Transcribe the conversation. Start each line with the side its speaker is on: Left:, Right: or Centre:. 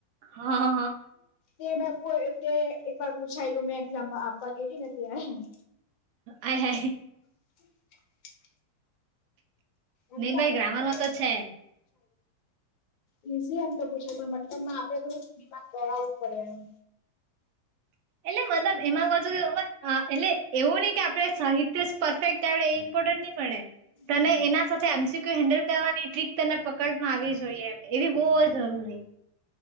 Right: હ હ હ.
Left: તે મેં કે એક વાર પૂછાયલું મેં એક્ઝામ આપવા ગેલી ને ત્યાં.
Right: આય હાય.
Left: <inaudible> એમ
Right: નહી
Left: તો
Right: ભાઈ
Left: આપણા
Right: ગ્રામરમાં
Left: <unintelligible>
Right: તો છે
Left: ઈઝી એમ તો પુછાય પણ મતલબમાં આપડે થોડુંક દિમાગ દોડાવવું પડે એમ.
Right: એટલે મતલબ એમાં હોવ છું અ <unintelligible> એટલે એવું નહીં કે આપડે સાહિત્ય જ પરફેકટ ટાણે એ ઇમ્પોર્ટન્ટ નહી મળે. તને
Left: હા
Right: એના સાથે એમસીક્યુ હેન્ડલ કરવાની ટ્રીક તને પકડમાં આવી જોઈએ. એ બી બોવ જરૂરી.